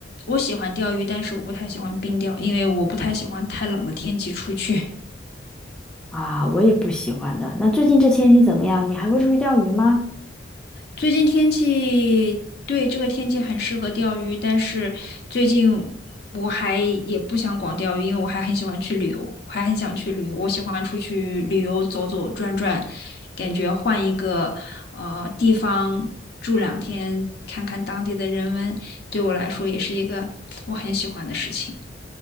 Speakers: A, on the left; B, in the centre.
A: 我喜欢钓鱼，但是我不太喜欢冰钓，因为我不太喜欢太冷的天气出去。
B: 啊，我也不喜欢的。那最近这天气怎么样？你还会出去钓鱼吗？
A: 最近天气，对，这个天气很适合钓鱼，但是最近我还也不想光钓鱼，因为我还很喜欢去旅游，我还很想去旅游，我喜欢出去旅游走走转转，感觉换一个呃地方住两天，看看当地的人文，对我来说也是一个我很喜欢的事情。